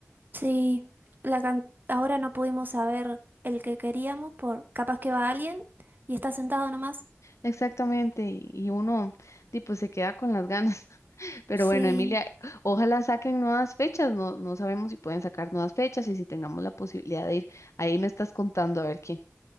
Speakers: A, on the right (about 40°); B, on the left (about 85°).
A: Sí, la can- ahora no pudimos saber el que queríamos por capaz que va alguien y está sentado nomás.
B: Exactamente, y y uno tipo se queda con las ganas. <laughs> Pero
A: Sí,
B: bueno, Emilia, ojalá saquen nuevas fechas, no, no sabemos si pueden sacar nuevas fechas y si tengamos la posibilidad de ir. Ahí me estás contando a ver qué,